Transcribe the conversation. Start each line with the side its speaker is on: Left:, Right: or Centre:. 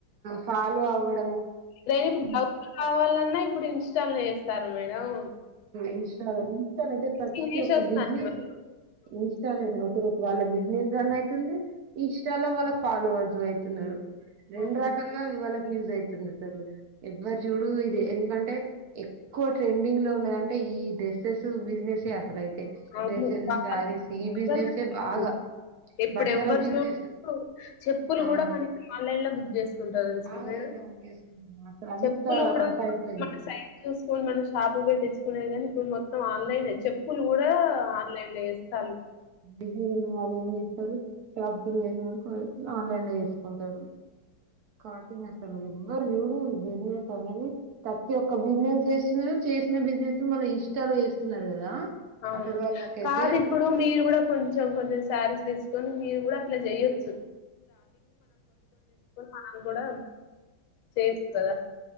Right: చాలు అవడ
Left: నేను ఇప్పుడు డౌలు కావాలన్నాయి ఇప్పుడు ఇన్స్టా లో వస్తారు మేడం
Right: ఇన్స్ట ఇన్స్ట అయితే
Left: టీచింగ్
Right: ప్రతి
Left: చేసి
Right: ఒక్క
Left: వస్తాను
Right: బిజినెస్
Left: అవును
Right: ఇన్స్టాల ఒకరు వాళ్ళ బిజినెస్ రన్ అయితుంది ఇంస్టాలో వాళ్ళ ఫాలోవర్ అయితున్నాడు రెండు
Left: అవును
Right: రకాలుగావాళ యూజ అయితుంది అసలు ఎవ్వరి చూడు ఇదే ఎందుకంటే ఎక్కువ ట్రెండ్ దీనిలో ఉన్నంటే ఈ డ్రెస్సెస్ బిజినెస్ స అసలయితే
Left: అవును
Right: డ్రెస్సెస్
Left: బాగా
Right: సారీస్ ఈ బిజినెస్ే బాగా
Left: ఇప్పుడు
Right: బట్టల
Left: ఎవ్వరు
Right: బిజినెస్
Left: చూ చెప్పులు
Right: ఆ
Left: కూడా కనీసం ఆన్లైన్ లో జస్ ంట తెలుసా
Right: ఆన్లైన్
Left: మేడం
Right: లో బుక్ చేసుకుంటున్నా అసలు అంత
Left: చెప్పులు కూడా
Right: అంత అయిపోయింది
Left: మన సైజ్ చూసుకొని మన షాప్ పోయి తెచ్చుకునే కానీ ఇప్పుడు మొత్తం ఆన్లైనే చెప్ స్కూల్ కూడా ఆన్లైన్ లో ఇేస్తాల్లు
Right: బిజీ వున్న వాళ్ళు ఏం చేస్తారు షాప్కి వెళ్ళ లేని వాళ్ళు ఆన్లైన్ లో వసుకుంటారు కాటింగ్ అసలు ఎవ్వరూ చూడు ఈ బిజినెస్ అనే ప్రతి ఒక్క బిజినెస్ చేస్తున్నారు చేసిన బిజినెస్ మళ్ళా ఇష్టాలు చేస్తున్నారు కదా
Left: అవును
Right: అసలు వాళ్ళకైతే
Left: కాదు ఇప్పుడు మీరు కూడా కొంచెం కొంచెం సారీ తెచ్చుకొని మీరు కూడా అట్లాచేయొచ్చు మనం కూడా చేయొచ్చు కదా